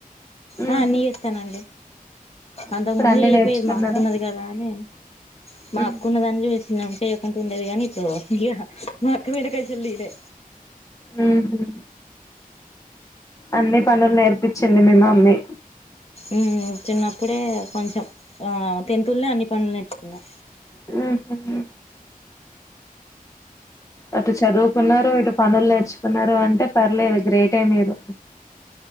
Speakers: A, on the left (about 20°); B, on the left (about 40°).
A: ఉహు
B: ఆ అన్ని చేస్తానండి అంతకు
A: ఇప్పుడు
B: ముందు
A: అన్ని
B: చేయకపోయేది
A: నేర్చుకున్నారా
B: మాకున్నది కదా అని మా
A: ఉహు
B: అక్క ఉన్నదని చేసినక చేయకుండా ఉండేది కానీ ఇట్లో ఇక మా అక్క మీద కసిదే
A: హ్మ హ్మ అన్ని పనులు నేర్పించింది మి మమ్మీ
B: ఉమ్ చిన్నప్పుడే కొంచెం ఆ తెంతులల్నే అన్ని పనులు నేర్చుకున్నా
A: హ్మ్ హ్మ అటు చదువుకున్నారు ఇటు పనులు నేర్చుకున్నారు అంటే పర్లేదు గ్రేటే మీరు